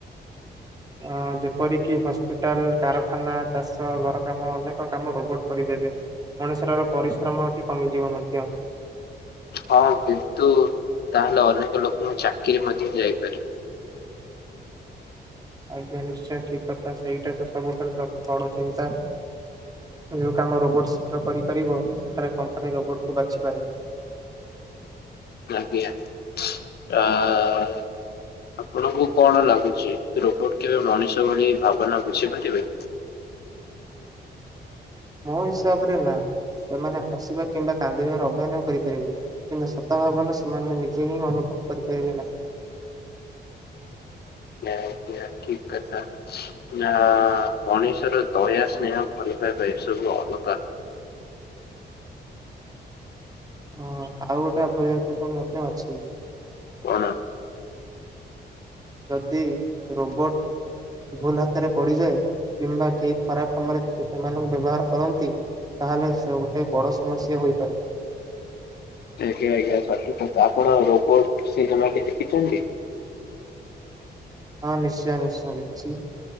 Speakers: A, on the right; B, on the left.
A: ଅଁ ଯେପରିକି ହସ୍ପିଟାଲ, କାରଖାନା, ଚାଷ, ଘର କାମ ଅନେକ କାମ ରୋବୋଟ କରିଦେବେ। ମଣିଷର ପରିଶ୍ରମଟି କମିଯିବ ମଧ୍ୟ।
B: ହଁ କିନ୍ତୁ ତାହେଲେ ଅନେକ ଲୋକଙ୍କ ଚାକିରି ମଧ୍ୟ ଯାଇପାରିବ।
A: ଆଜ୍ଞା ନିଶ୍ଚୟ ଠିକ କଥା, ସେଇଟା ତ ସବୁଠାରୁ ସ ବଡ ଚିନ୍ତା। ଯୋଉ କାମ ରୋବୋଟ ଶୀଘ୍ର କରିପାରିବ ସେଠାରେ କମ୍ପାନୀ ରୋବୋଟକୁ ବାଛିପାରେ।
B: ଆଜ୍ଞା <unintelligible> ଆପଣଙ୍କୁ କଣ ଲାଗୁଚି, ରୋବଟ କେବେ ମଣିଷ ଭଳି ଭାବନା ବୁଝିପାରିବେ।
A: ମୋ ହିସାବରେ ନା, ସେମାନେ ହସିବା କିମ୍ବା କାନ୍ଦିବାର ଅଭୟନ କରିପାରିବେ। କିନ୍ତୁ ସତ ଭାବନା ସେମାନେ ନିଜେ ହିଁ ଅନୁଭବ କରିପାରିବେ ନାହିଁ।
B: ନା ଆଜ୍ଞା ଠିକ। ଆଚ୍ଛା <unintelligible> ନା ମଣିଷର ଦୟା, ସ୍ନେହ, ଭଲ ପାଇବା ଏସବୁ ଅଲଗା।
A: ହଁ ଆଉ ଗୋଟେ ଆ ଭୟ କିନ୍ତୁ ମଧ୍ୟ ଅଛି।
B: କଣ?
A: ଯଦି ରୋବୋଟ ଭୁଲ ହାତରେ ପଡିଯାଏ କିମ୍ବା କେହି ଖରାପ୍ କାମରେ ତେ ସେମାନଙ୍କୁ ବ୍ୟବହାର କରନ୍ତି। ତାହେଲେ ସେ ଗୋଟେ ବଡ଼ ସମସ୍ୟା ହୋଇପାରେ।
B: ଆଜ୍ଞା, ଆଜ୍ଞା <unintelligible> ଆପଣ ରୋବଟ ସିନେମା କିଏ ଦେଖିଛନ୍ତି?
A: ହଁ ନିଶ୍ଚୟ ନିଶ୍ଚୟ ଦେଖିଛି।